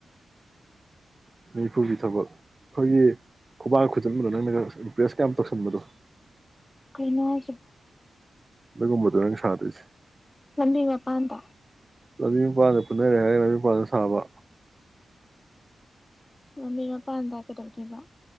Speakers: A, on the right; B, on the left.
A: ꯅꯤꯐꯨꯒꯤ ꯊꯕꯛ ꯑꯩꯈꯣꯏꯒꯤ ꯈꯨꯕꯥꯀ ꯈꯨꯖꯤꯟꯕꯗꯣ ꯅꯪꯅꯒ ꯏꯞꯄꯦꯔꯁ ꯀ ꯌꯥꯝ ꯇꯧꯁꯟꯕꯗꯣ
B: ꯀꯔꯤꯅꯣ ꯍꯥꯏꯁꯨ
A: ꯅꯒꯨꯝꯕ ꯗꯅꯦ ꯁꯥꯗꯣꯏꯁꯦ
B: ꯂꯝꯕꯤ ꯃꯄꯥꯟꯗ
A: ꯂꯝꯕꯤ ꯃꯄꯥꯟꯗ ꯄꯨꯟꯅꯔꯦ ꯍꯥꯏꯔꯒ ꯂꯝꯕꯤ ꯃꯄꯥꯟꯗ ꯁꯥꯕ
B: ꯂꯝꯕꯤ ꯃꯄꯥꯟꯗ ꯀꯩꯗꯧꯗꯣꯏꯔꯤꯕ